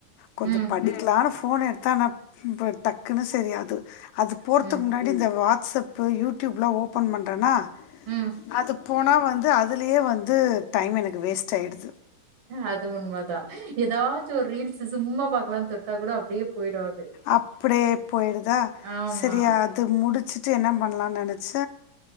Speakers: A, on the left; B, on the right.
A: கொஞ்ச
B: ம்
A: படிக்கலான்னு ஃபோன் எடுத்த ஆனா இ டக்குன்னு சரி அது அது போறதுக்கு
B: ம்
A: முன்னாடி இந்த வாட்ஸப் இப்போ யூடியூப்லா ஓப்பன் பண்றான்னா
B: ம்
A: அது போனா வந்து அதுலயே வந்து டைம் எனக்கு வேஸ்ட் ஆய்டுது
B: அது உண்ம தா ஏதாச்சு ஒரு ரீல்ஸ் சும்மா பாக்கலாம்னு தொட்டா கூட அப்டியேபோயிடு அது
A: அப்டியே போயிருதா
B: ஆமா
A: சரியா து முடிச்சுட்டு என்ன பண்லாம்னு நனைச்ச